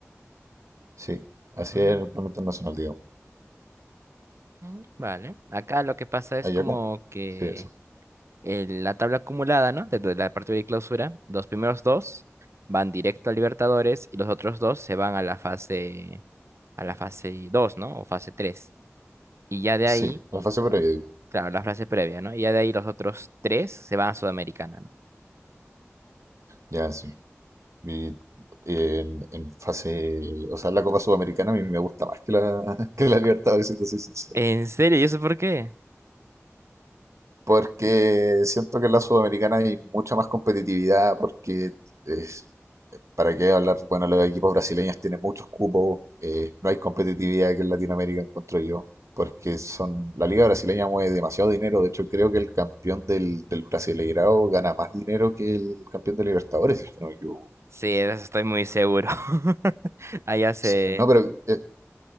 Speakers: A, on the right; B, on the right.
A: Sí, así
B: mm,
A: es el plan internacional, digamos.
B: mm, Vale. Acá lo que pasa es
A: Allá
B: como
A: como.
B: que
A: Sí, eso.
B: el- la tabla acumulada, ¿no? Desde la partida de clausura, los primeros dos van directo a Libertadores y los otros dos se van a la fase, a la fase 2, ¿no? O fase tres Y ya de ahí,
A: Sí, a la fase previa, digo.
B: claro, la frase previa, ¿no? Y ya de ahí los otros tres se van a Sudamericana, ¿no?
A: Ya, sí. Y en, en fase, o sea, la Copa Sudamericana a mí me gusta más que la, <laughs> que la Libertadores, si te soy sincero.
B: ¿En serio? ¿Y eso por qué?
A: Porque siento que en la Sudamericana hay mucha más competitividad, porque es- para qué hablar, bueno, los equipos brasileños tienen muchos cupos, eh, no hay competitividad que en Latinoamérica encuentro yo, porque son, la liga brasileña mueve demasiado dinero, de hecho creo que el campeón del, del Brasileirao gana más dinero que el campeón de Libertadores, si es que no me equivoco.
B: Sí, de eso estoy muy seguro. <laughs> Allá se...
A: S- No, pero eh,